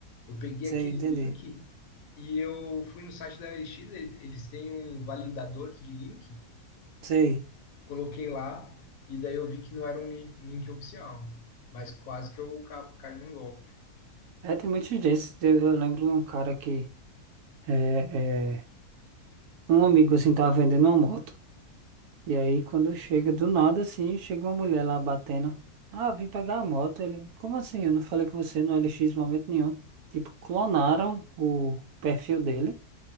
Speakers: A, on the left (about 70°); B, on the right (about 75°).
A: Eu peguei
B: Sei,
A: aquele
B: entendi.
A: link e eu fui no site da OLX, ele- eles têm um validador de link,
B: Sei.
A: coloquei lá e daí eu vi que não era um link link oficial, mas quase que eu ca- caí num golpe.
B: É, tem muitos desses. Eu eu lembro de um cara que. é, é, Um amigo assim tava vendendo uma moto. E aí quando chega do nada assim, chega uma mulher lá batendo. Ah, vim pegar a moto. Ele, como assim? Eu não falei com você no LX em momento nenhum. Tipo, clonaram o perfil dele